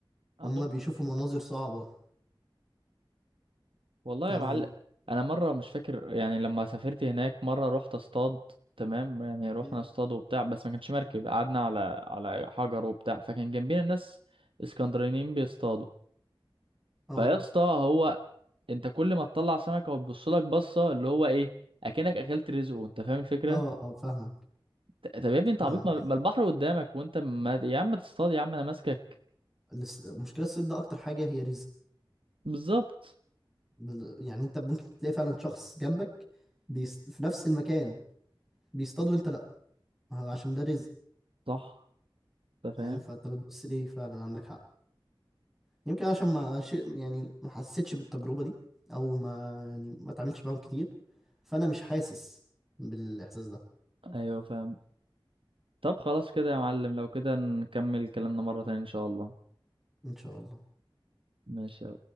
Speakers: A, on the right; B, in the centre.
A: عندهم
B: هم بيشوفوا مناظر صعبه
A: والله
B: يعني
A: يا معلم انا مره مش فاكر يعني لما سافرت هناك مره رحت اصطاد تمام يعني رحنا
B: مم.
A: اصطاد وبتاع بس ما كانش مركب قعدنا على على حجر وبتاع فكان جنبينا ناس اسكندرانيين بيصطادوا
B: اه
A: فيا اسطى هو انت كل ما تطلع سمكه وتبص لك بصه اللي هو ايه اكنك اكلت رزقه انت فاهم الفكره
B: اه اه فاهمك
A: ت- طب يا ابني انت
B: فاهمك
A: عبيط ما ما البحر قدامك وانت ما يا عم تصطاد يا عم انا ماسكك
B: الس- المشكله الصيد ده اكتر حاجه هي رزق
A: بالظبط
B: بال- يعني انت ممكن تلاقي فعلا شخص جنبك بيس... في نفس المكان بيصطاد وانت لا عشان ده رزق
A: صح انت
B: فاهم
A: فاهم
B: فانت بتبص ليه فعلا عندك حق يمكن عشان ما ش... يعني ما حسيتش بالتجربة دي او ما يعني ما اتعاملتش معاهم كتير فانا مش حاسس بالاحساس ده
A: ايوه فاهم طب خلاص كده يا معلم لو كده نكمل كلامنا مره تانية ان شاء الله
B: ان شاء الله
A: ماشي